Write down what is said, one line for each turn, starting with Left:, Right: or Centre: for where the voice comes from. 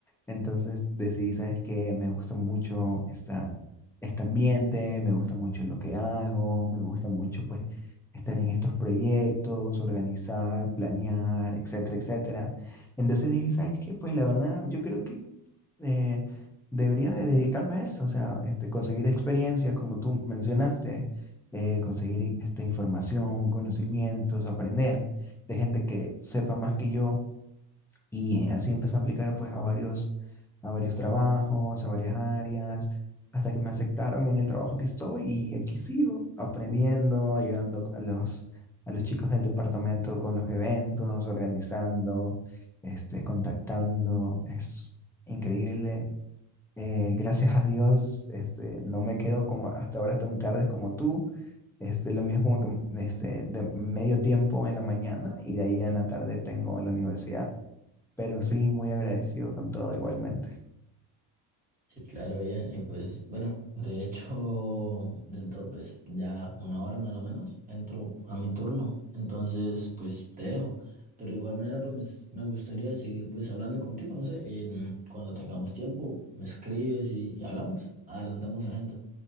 Centre: entonces decidí, ¿sabes qué? Me gusta mucho esta este ambiente, me gusta mucho lo que hago, me gusta mucho pues estar en estos proyectos, organizar, planear, etcétera, etcétera. Entonces dije, ¿sabes qué? Pues la verdad, yo creo que eh, debería de dedicarme a eso, o sea, este, conseguir experiencia, como tú mencionaste, eh, conseguir in- este, información, conocimientos, aprender de gente que sepa más que yo y así empecé a aplicar pues a varios, a varios trabajos, a varias áreas, hasta que me aceptaron en el trabajo que estoy y aquí sigo aprendiendo, ayudando a los, a los chicos del departamento con los eventos, organizando, este, contactando. Es increíble. Eh, gracias a Dios, este, no me quedo como hasta horas tan tardes como tú. Este, lo mío es como que este, de medio tiempo en la mañana y de ahí ya en la tarde tengo la universidad pero sí, muy agradecido con todo igualmente.
Right: Sí, claro, bien. Y pues, bueno, de hecho, <laughs> dentro, pues, ya una hora más o menos, entro a mi turno. Entonces, pues, te dejo. Pero de igual manera, pues, me, me gustaría seguir, pues, hablando contigo, no sé, en, cuando tengamos tiempo, me escribes y, y hablamos. Adelantamos agenda.